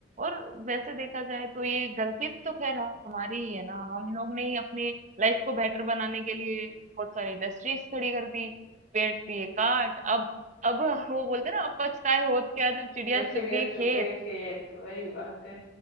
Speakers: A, on the right (about 40°); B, on the left (about 70°).
A: और वैसे देखा जाए तो ये गलती तो खैर हमारी ही है ना हम लोग ने ही अपनी लाइफ को बेटर बनाने के लिए बहुत सारी इंडस्ट्रीज खड़ी कर दी पेड़ दिए काट अब अब वो बोलते हैं ना अब पछताए होत क्या जब चिड़िया
B: जब
A: चुग
B: चिड़िया
A: गई
B: चुग
A: खेत
B: गई खेत वही बात